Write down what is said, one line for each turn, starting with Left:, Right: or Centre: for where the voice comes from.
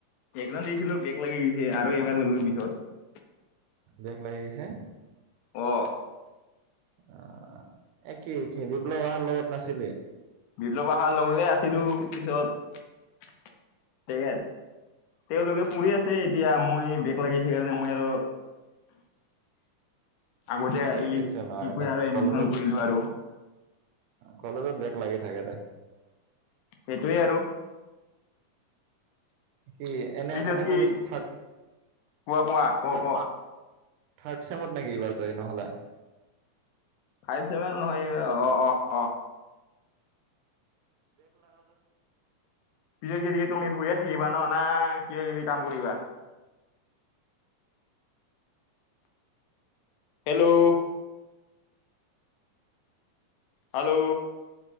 Left: এক্সাম দিছিলো বেগ লাগি গৈছে আৰু এইবাৰ ললো পিছত
Right: বেক লাগি গৈছে
Left: অ
Right: আহ একেই বিপ্লৱ অহাৰ লগত নাছিলি
Left: বিপ্লৱ অ আহাৰ লগতে আছিলো পিছত তেওঁলোকে পঢ়ি আছে এতিয়া মই বেগ লাগিছেকাৰণে মই আৰু আগতে
Right: এ
Left: এই
Right: কিছু নহয়
Left: কৰি
Right: দে
Left: আৰু এডমিচন
Right: কলেজত
Left: কৰিলো আৰু
Right: কলেজত বেগ লাগি থাকে দে
Left: সেইটোৱে আৰু
Right: কি এনে
Left: পিছত
Right: এনে
Left: কি
Right: হলে থাৰ্ড
Left: কোৱা কোৱা ক
Right: থড
Left: ক
Right: থাৰ্ড চেমত নেকি এইবাৰ তৰি নহ'লে
Left: ফাইভ চছেভেন নহয় এইবাৰ অ অ অ
Right: বেগ লগাগটো
Left: এতিয়া কি তুমি শুয়ে থাকিবা ন না কিবা কিবি কাম কৰিবা হেল্ল' হেল্ল'